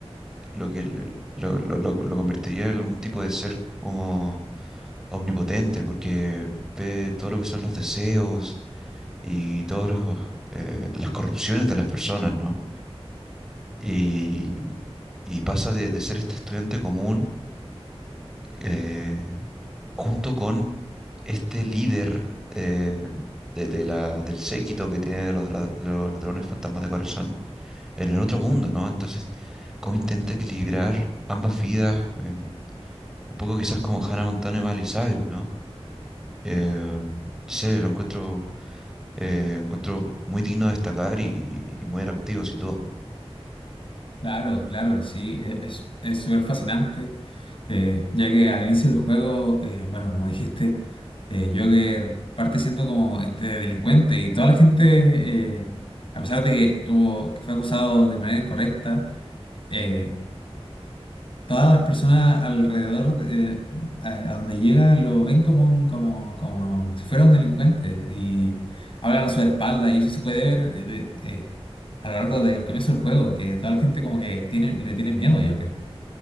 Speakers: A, in the centre; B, on the left.
A: lo que le- lo, lo- lo- lo convertiría en algún tipo de ser como omnipotente, porque ve todo lo que son los deseos y todas las corrupciones de las personas, ¿no? y, y pasa de, de ser este estudiante común eh, junto con este líder eh, de, de la, del séquito que tiene de los, dra- de los ladrones fantasmas de corazón en el otro mundo, ¿no? Entonces, ¿cómo intenta equilibrar ambas vidas? Eh, un poco quizás como Hannah Montana y Miley Cyrus, ¿no? Eh, no sé, lo encuentro, eh, encuentro muy digno de destacar y, y muy atractivo, sin duda.
B: Claro, claro, sí, e- es es súper fascinante Eh, ya que al inicio del juego, eh, bueno, como dijiste, eh, Joker parte siendo como este delincuente y toda la gente, eh, a pesar de que estuvo, que fue acusado de manera incorrecta, eh, todas las personas alrededor, de- eh, a, a donde llega, lo ven como un, como, como si fuera un delincuente y hablan a su espalda y eso se puede ver eh, de- eh, a lo largo del comienzo del juego, que toda la gente como que tiene, le tiene miedo a Joker.